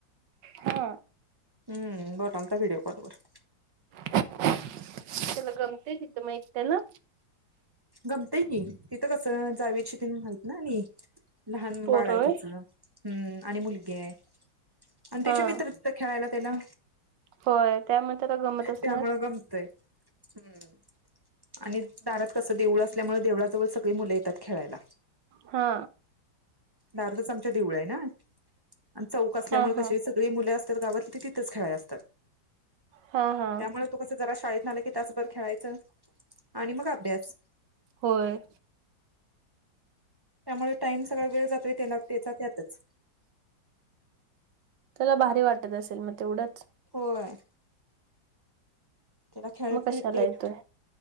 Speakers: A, on the right; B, on the right.
A: हा
B: हम्.. बोटालता व्हिडिओ कॉल वर
A: त्याला गमते तिथ मग एकट्याला?
B: गमतय कि, तिथं कसं जावीची तीन हाईत ना आणि लहान
A: पोर
B: बाळ आहे
A: होय
B: तिच हम्म.. आणि मुलगी आहे आणि त्याचे
A: हा.
B: मित्र तिथं खेळायला त्याला
A: होय, त्या म्हणतात ग.. मतस
B: त्यामुळं
A: नाय.
B: गमतय हम्म.. आणि दारात कस देऊळ असल्यामुळे देवळाजवळ सगळी मुलं येतात खेळायला.
A: हा
B: दारातच आमच्या देऊळ आहे ना आणि चौक असल्यामुळे
A: हा
B: कशें
A: हा
B: सगळे सगळी मुल असतात गावातली तिथच खेळा असतात,
A: हा हा.
B: त्यामुळे तो कस जरा शाळेत आला की तासभर खेळायचं आणि मग अभ्यास
A: होय
B: त्यामुळे टाइम सगळा वेळ जातोय त्याला त्याचा त्यातच
A: त्याला भारी वाटत असेल मग तेवढंच
B: होय त्याला खेळ
A: मग कशाला
B: क्रिकेट,
A: येतोय